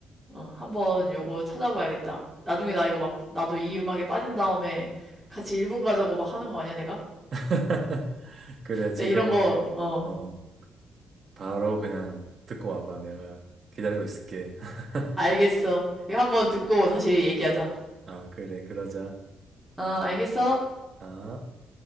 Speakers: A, in the centre; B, on the right.
A: 어, 한번 요거 찾아봐야겠다. 나중에 나 이거 막, 나도 이 음악에 빠진 다음에 같이 일본 가자고 막 하는 거 아니야, 내가?
B: <laughs> 그래, 지금,
A: 내 이런 거, 어,
B: 어, 바로 그냥 듣고 와봐. 내가 기다리고 있을게. <laughs>
A: 알겠어. 이거 한번 듣고 다시 얘기하자.
B: 아, 그래, 그러자.
A: 어, 알겠어.
B: 아.